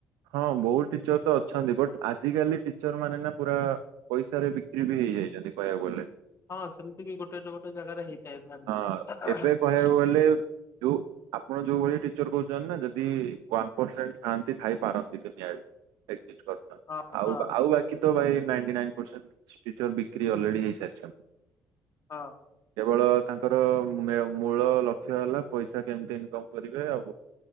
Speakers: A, on the right; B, on the left.
A: ହଁ ବହୁତ ଟିଚର ତ ଅଛନ୍ତି, ବଟ୍ ଆଜିକାଲି ଟିଚର ମାନେ ନା ପୁରା ପଇସାରେ ବିକ୍ରି ବି ହେଇ। ଇ ଯାଇଛନ୍ତି କହିବାକୁ ଗଲେ।
B: ହଁ ସେମିତି ବି ଗୋଟେ ଟେ ଗୋଟେ ଜାଗାରେ ହେଇ ଥାଏ ଥାନ୍ତି।
A: ହଁ ଏବେ କହିବାକୁ ଗଲେ ଯୋଉ। ଆପଣ ଯୋଉ ଭଳି ଟିଚର କହୁଛନ୍ତି, ନା ଯଦି ୱାନ ପରସେଣ୍ଟ ଥାଆନ୍ତି ଥାଇପାରନ୍ତି ଦୁନିଆରେ।
B: ହଁ
A: ଆଉ
B: ହଁ
A: ଆଉ ବାକି। ତ ଭାଇ ନାଇଣ୍ଟି ନାଇନ ପରସେଣ୍ଟ ଟିଚର ବିକ୍ରି ଅଲରେଡି ହେଇସାରିଛନ୍ତି।
B: ହଁ।
A: କେବଳ ତାଙ୍କର ମେ ମୂଳ ଲକ୍ଷ୍ୟ ହେଲା ପଇସା କେମିତି ଇନକମ କରିବେ ଆଉ।